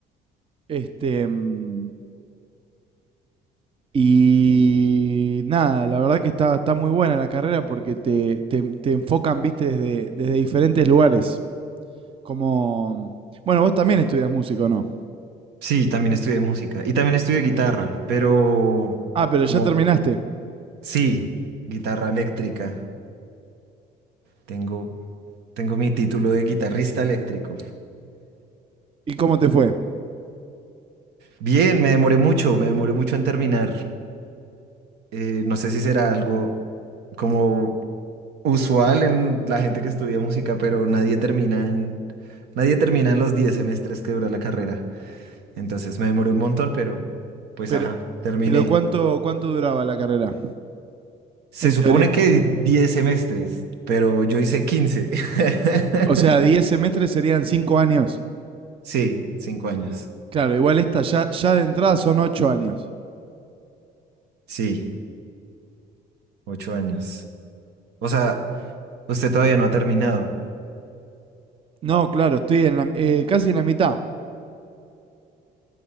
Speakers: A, on the right; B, on the right.
A: Este, mm, Y nada, la verdad que está, está muy buena la carrera porque te, te, te enfocan, viste, desde, desde diferentes lugares. Como, bueno, vos también estudias música, ¿o no?
B: Sí, también estudié música y también estudié guitarra, pero
A: Ah, pero
B: como
A: ya terminaste.
B: sí, guitarra eléctrica. Tengo, tengo mi título de guitarrista eléctrico.
A: ¿Y cómo te fue?
B: Bien, me demoré mucho, me demoré mucho en terminar. Eh, no sé si será algo como usual en la gente que estudia música, pero nadie termina en, nadie termina en los 10 semestres que dura la carrera. Entonces me demoré un montón, pero pues
A: Pero,
B: ajá, terminé.
A: pero ¿cuánto, cuánto duraba la carrera?
B: Se
A: En
B: supone
A: teoría.
B: que 10 semestres, pero yo hice 15.
A: O
B: <laughs>
A: sea, diez semestres serían cinco años.
B: Sí, 5 años.
A: Claro, igual esta ya, ya de entrada son 8 años.
B: Sí, ocho años. O sea, usted todavía no ha terminado.
A: No, claro, estoy en la, eh, casi en la mitad.